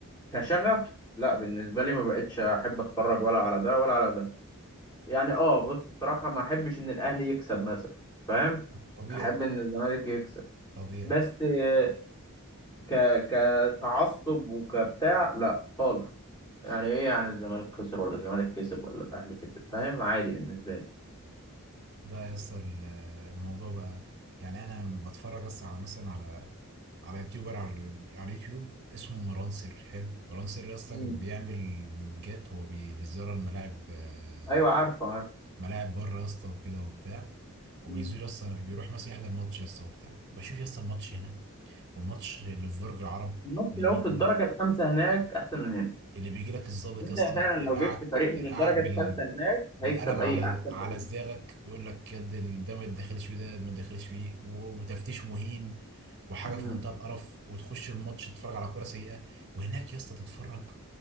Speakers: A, on the left; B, on the right.
A: كشغف لا بالنسبة لي ما بقتش احب اتفرج ولا على ده ولا على ده يعني اه بص بصراحة ما احبش ان الاهلي يكسب مثلا فاهم
B: طبيعي
A: احب ان الزمالك يكسب
B: طبيعي
A: بس آه، ك كتعصب وكبتاع لا خالص يعني ايه يعني الزمالك خسر ولا الزمالك كسب ولا الاهلي كسب فاهم عادي بالنسبة لي
B: ده يا اسطى ال- الموضوع بقى يعني انا بتفرج اصلا على مثلا على على يوتيوبر على ال- على اليوتيوب اسمه مروان سر حلو مروان سر يا اسطى
A: مم.
B: بيعمل فلوجات هو بيزور الملاعب آه،
A: ايوه عارفه عارفه
B: ملاعب بره يا اسطى وكده وبتاع وبيزور
A: مم.
B: يا اسطى بيروح مثلا يحضر ماتش يا اسطى وبتاع بشوف يا اسطى الماتش هنا والماتش اللي في برج العرب
A: الماتش
B: اللي
A: لو
B: بيجي
A: في الدرجة الخامسة هناك احسن من هنا
B: اللي بيجي لك الضابط
A: انت
B: يا اسطى
A: فعلا
B: يرقعك
A: لو جبت فريق
B: يرقعك
A: من الدرجة
B: بال
A: الثالثة هناك
B: بالقلم
A: هيكسب اي
B: على
A: احسن
B: على
A: فريق
B: صداعك بيقول لك يد ال- ده ما تدخلش فيه ده ما تدخلش فيه و- وتفتيش مهين وحاجه
A: مم.
B: في منتهى القرف وتخش الماتش تتفرج على كوره سيئه وهناك يا اسطى تتفرج